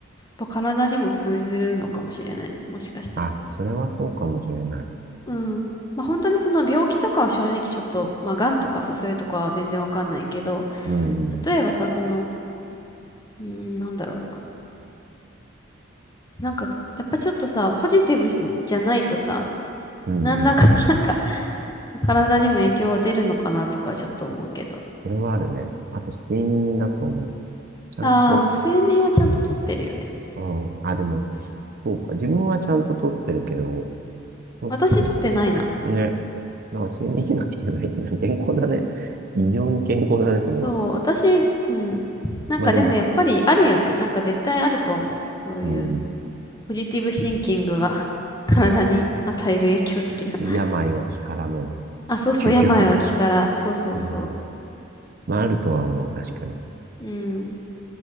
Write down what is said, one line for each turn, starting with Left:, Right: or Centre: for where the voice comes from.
Left: ぱ体にも通じるのかもしれないね。もしかしたら。
Right: あ、それはそうかもしれない。
Left: うん。まあ、本当にその病気とかは正直ちょっと、まあ、癌とかさ、そういうとかは全然わかんないけど、
Right: うん、
Left: 例えばさ、その、うーん、なんだろうな。なんか、やっぱちょっとさ、ポジティブじゃないとさ、
Right: うん、
Left: 何らか、
Right: うん。
Left: なんか、体にも影響出るのかなとかちょっと思うけど。
Right: それはあるね。あと、睡眠だと思う。ちゃんと、
Left: ああ、まあ睡眠はちゃんととってるよね。
Right: うん、あ、でも、そうか。自分はちゃんと取ってるけど、と
Left: 私とってないな。
Right: ね、なんか睡眠医学じゃないけど、健康だね。異常に健康だね、それは。
Left: そう、私、うん。なんかでもやっぱりあるよね。
Right: まあでも、
Left: なんか絶対あると思う。そういう
Right: うん、
Left: ポジティブシンキングが <laughs> 体に与える影響的な。
Right: 病は気からの
Left: あ、そうそう、
Right: 究極。
Left: 病は気から。そうそうそ
Right: うん。まあ、あるとは思う、確かに。
Left: う。うん。